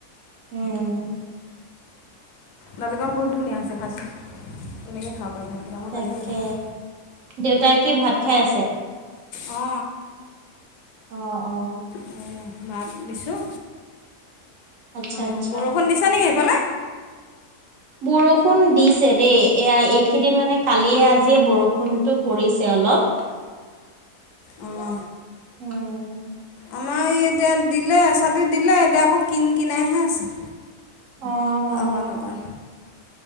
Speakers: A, on the right; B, on the left.
A: উম।
B: দালিকণ বহুত ধুনীয়া হৈছে খাই চাই <unintelligible> কেনেকে খাব <unintelligible> ভাতকিটা মই
A: তাকে
B: তেনেকৈয়ে
A: দেউতাই কি ভাত খাই আছে
B: <unintelligible> অ, অ।
A: অ, অ।
B: অ, ভাত দিছোঁ
A: আচ্ছা
B: অ,
A: আচ্ছা
B: বৰষুণ দিছে নেকি সেইফালে?
A: বৰষুণ দিছে দেই। এয়া এইকিদিন মানে কালিয়ে আজিয়ে বৰষুণটো পৰিছে অলপ।
B: অ।
A: উম
B: আমাৰ ই এতিয়া দিলে এচাটি দিলে, এতিয়া আকৌ কিন কিনাইহে আছে।
A: অ, অ।
B: অকণ অকণ।